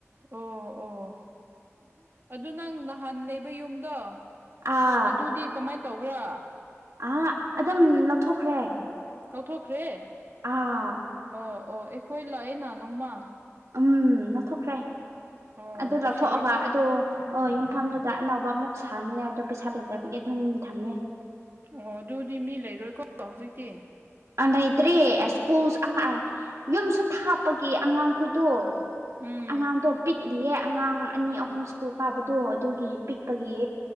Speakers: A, on the right; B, on the right.
A: ꯑꯣ ꯑꯣ ꯑꯣ ꯑꯗꯨ ꯅꯪ ꯅꯥꯍꯟ ꯂꯩꯕ ꯌꯨꯝꯗꯣ
B: ꯑꯥ
A: ꯑꯗꯨꯗꯤ ꯀꯃꯥꯏꯟ ꯇꯧꯕ꯭ꯔꯥ
B: ꯑꯥ ꯑꯗꯨꯝ ꯂꯧꯊꯣꯛꯈ꯭ꯔꯦ
A: ꯇꯧꯊꯣꯛꯈ꯭ꯔꯦ
B: ꯑꯥ
A: ꯑꯣ ꯑꯣ ꯑꯩꯈꯣꯏ ꯂꯥꯛꯏꯅ ꯅꯣꯡꯃꯥ
B: ꯑꯝ ꯂꯧꯊꯣꯛꯈ꯭ꯔꯦ
A: ꯑꯣ
B: ꯑꯗꯨ
A: ꯅꯨꯡꯁꯤꯌꯦꯀꯣ
B: ꯂꯧꯊꯣꯛꯑꯒ ꯑꯗꯣ ꯑꯣ ꯌꯨꯝꯐꯝꯗꯨꯗ ꯑꯅꯧꯕ ꯑꯃꯨꯛ ꯁꯥꯅꯤꯉꯥꯏꯗꯣ ꯄꯩꯁꯥ ꯂꯩꯇꯕꯒꯤ ꯑꯗꯨꯝ ꯊꯝꯃꯦ
A: ꯑꯣ ꯑꯗꯨꯗꯤ ꯃꯤ ꯂꯩꯔꯣꯏꯀꯣ ꯍꯧꯖꯤꯛꯇꯤ
B: ꯂꯩꯇ꯭ꯔꯦ ꯁ꯭ꯀꯨꯜ ꯌꯨꯝꯁꯨ ꯊꯥꯞꯄꯒꯤ ꯑꯉꯥꯡꯈꯣꯏꯗꯣ
A: ꯑꯝ
B: ꯑꯉꯥꯡꯗꯣ ꯄꯤꯛꯂꯤꯌꯦ ꯑꯉꯥꯡ ꯑꯅꯤ ꯑꯍꯨꯝ ꯁ꯭ꯀꯨꯜ ꯀꯥꯕꯗꯣ ꯑꯗꯨꯒꯤ ꯄꯤꯛꯄꯒꯤ